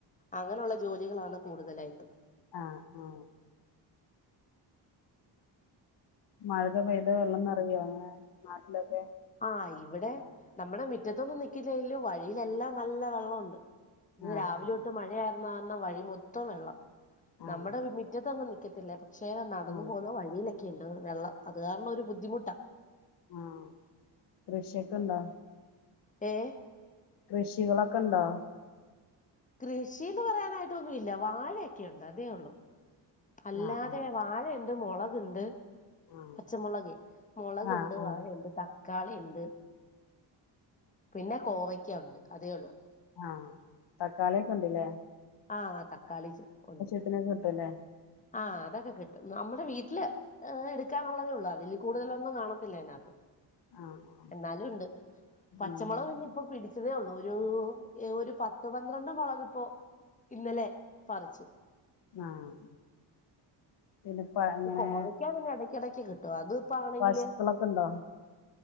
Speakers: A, on the left; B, on the left.
A: അങ്ങനെയുള്ള ജോലികളാണ് കൂടുതലായിട്ട്.
B: ആഹ് ആഹ് മഴ പെയ്ത് വെള്ളം നിറയോ ഇങ്ങളെ നാട്ടിലൊക്കെ
A: ആഹ് ഇവിടെ നമ്മുടെ മിറ്റത്തൊന്നും നിക്കില്ലെങ്കിലും വഴിയിലെല്ലാം നല്ല വെള്ളൊണ്ട്. ഇന്ന്
B: ആഹ്
A: രാവിലെ
B: ആഹ്
A: തൊട്ട് മഴയായിരുന്ന കാരണം വഴി മൊത്തം വെള്ളം.
B: ആഹ്
A: നമ്മുടെ മി മിറ്റത്തൊന്നും നിക്കത്തില്ല. പക്ഷെ നടന്നു
B: ആഹ്
A: പോകുന്ന വഴിയിലൊക്കെയുണ്ട് വെള്ളം അത് കാരണം ഒരു ബുദ്ധിമുട്ടാ.
B: ആഹ് കൃഷിയൊക്കെണ്ടോ?
A: ഏഹ്
B: കൃഷികളൊക്കെ ഇണ്ടോ?
A: കൃഷിന്ന് പറയാനായിട്ടൊന്നുല്ല. വാഴയൊക്കെയുണ്ട്. അതേ ഉള്ളു അല്ലാതെ
B: ആഹ് ആഹ്
A: വാഴയുണ്ട് മൊളകുണ്ട്.
B: ആഹ്
A: പച്ചമുളകേ മുളകുണ്ട്
B: ആഹ് ആഹ്
A: വാഴയുണ്ട് ത ക്കാളി ഇണ്ട് പിന്നെ കോവയ്ക്ക ഉണ്ട്. അതേ ഉള്ളൂ
B: ആഹ് തക്കാളിയൊക്കെ ഉണ്ടല്ലേ
A: ആഹ് തക്കാളി ഉണ്ട്
B: ഇതിനെക്കെ കിട്ടൂലേ
A: ആഹ് അതൊക്കെ കിട്ടും. നമ്മുടെ വീട്ടില് ഏഹ് എടുക്കാനുള്ളതേ ഉള്ളൂ അതില് കൂടുതലൊന്നും കാണത്തില്ല അതിനകത്ത്.
B: ആഹ് ആഹ്
A: എന്നാലുണ്ട് പച്ചമൊളക്
B: ഉം
A: ഇനി ഇപ്പൊ പിടി ച്ചതേ ഒള്ളൂ ഒരൂ ഒരു പത്ത് പന്ത്രണ്ട് മൊളക് പ്പോ ഇന്നലെ പറിച്ചു.
B: ആഹ്. പിന്നെ പ ഇങ്ങനെ
A: കോവയ്ക്ക പിന്നെ എടക്കടക്ക് കിട്ടും അത് ഇപ്പാണെങ്കില്.
B: പശുക്കളൊക്കെ ഉണ്ടോ